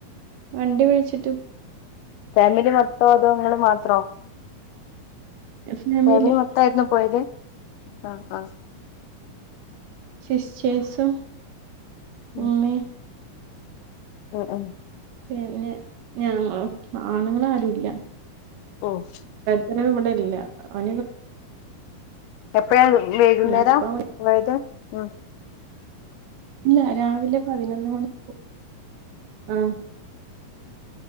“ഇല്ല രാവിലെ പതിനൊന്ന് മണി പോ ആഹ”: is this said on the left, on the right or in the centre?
Right